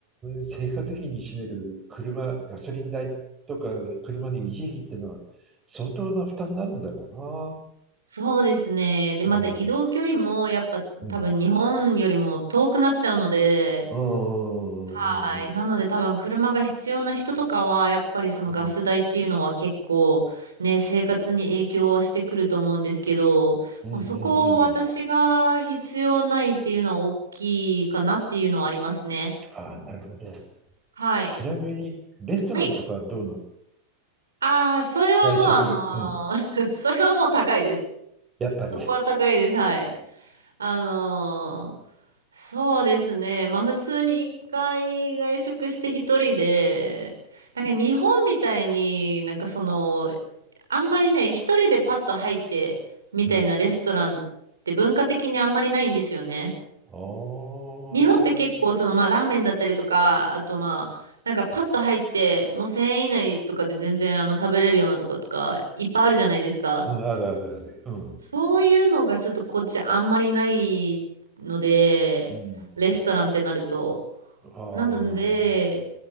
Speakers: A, on the right; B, on the right.
A: 生活費に占める車、ガソリン代とか車の維持費っていうのは相当な負担になるんだろ
B: そうですね。で、
A: うな。
B: また移動距離も、
A: うん。
B: やっぱ多分日本よりも遠くなっちゃうので、
A: うん。うん。
B: はい。
A: うん。うん。
B: なので多分車が必要な人とかは、やっぱりそのガス代っていうのは結構ね、
A: うん。
B: 生活に影響はしてくると思うんですけど、
A: うんうんうん
B: まあ、そこを私が必要ないっていうのは大きいかなっていうのはありますね。
A: ああ、なるほど。
B: はい。
A: ちなみに、レストランとかはどうなの
B: はい。ああ、それはもうあのー
A: 外食。うん。
B: <laughs> それはもう高いです。
A: やっぱり。
B: そこは高いです。はい。あのーそうですね。まあ普通に一回外食して一人で、なんか日本みたいになんかその、あんまりね、一人でパッと入ってみたいなレストランって文化的にあんまりないんですよね。
A: うん。ああ。
B: 日本って結構そのまあラーメンだったりとか、あとまあなんかパッと入ってもう1000円以内とかで全然あの食べれるようなとことかいっぱいあるじゃないですか。
A: うん。あるあるある。うん。
B: そういうのがちょっとこっちあんまりないので、
A: うん。
B: レストランってなると。
A: ああ。
B: なので、